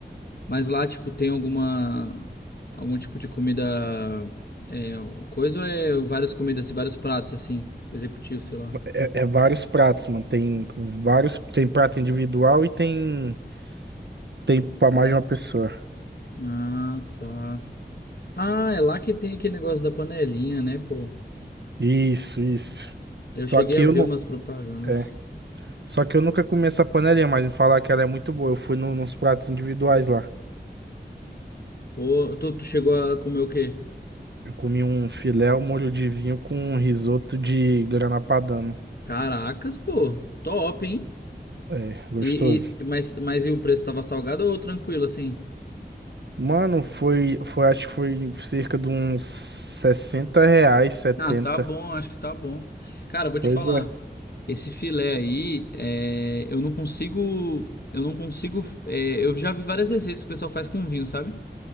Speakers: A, on the left (about 60°); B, on the right (about 75°).
A: Mas lá, tipo, tem alguma algum tipo de comida é, coisa ou é várias comidas e vários pratos assim, executivo, sei lá.
B: É, é- é vários pratos, mano, tem vários, tem prato individual e tem, tem pra mais de uma pessoa.
A: Ah, tá. Ah, é lá que tem aquele negócio da panelinha, né, pô?
B: Isso, isso.
A: Eu
B: Só
A: cheguei
B: que
A: a
B: eu
A: ver
B: não...
A: umas propagandas.
B: é. Só que eu nunca comi essa panelinha, mas me falar que ela é muito boa. Eu fui no- nos pratos individuais lá.
A: Pô, tu, tu chegou a comer o quê?
B: Eu comi um filé ao molho de vinho com um risoto de grana padano.
A: Caracas, pô. Top, hein?
B: É, gostoso.
A: E, e mas mas e o preço tava salgado ou tranquilo assim?
B: Mano, foi, foi, acho que foi cerca de uns 60 reais, 70.
A: Ah, tá bom, acho que tá bom. Cara, eu vou te
B: Pois
A: falar.
B: é.
A: Esse filé aí, é, eu não consigo, eu não consigo, é, eu já vi várias receitas que o pessoal faz com vinho, sabe?